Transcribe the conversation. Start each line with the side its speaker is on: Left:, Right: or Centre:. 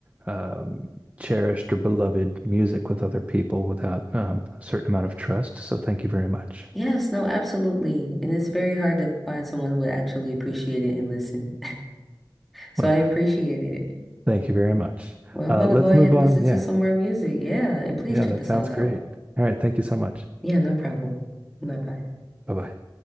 Right: um, cherished or beloved music with other people without um, a certain amount of trust. So thank you very much.
Centre: Yes, no, absolutely. And it's very hard to find someone who would actually appreciate it and listen. So
Right: Well,
Centre: I appreciate it.
Right: thank you very much.
Centre: Well, I'm
Right: Uh,
Centre: gonna
Right: let's
Centre: go ahead
Right: move
Centre: and
Right: on.
Centre: listen
Right: Yeah,
Centre: to some more music. Yeah, and please
Right: yeah,
Centre: check
Right: that
Centre: the song
Right: sounds great.
Centre: out.
Right: All right, thank you so much.
Centre: Yeah, no problem. Bye bye.
Right: Bye bye.